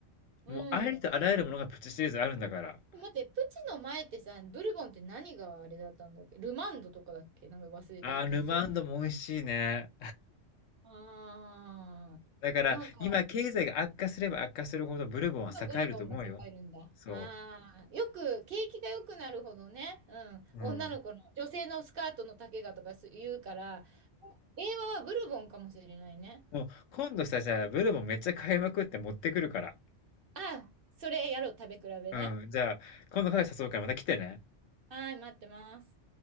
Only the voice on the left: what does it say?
もうありとあらゆるものがプチシリーズあるんだから。
あー、ルマンドも美味しいね。
だから、
今経済が悪化すれば悪化するほどブルボンは栄えると思うよ。
そ
う。うん。
もう今度さ、じゃあブルボンめっちゃ買いまくって持ってくるから。
うん、じゃあ、今度カフェ誘うからまた来てね。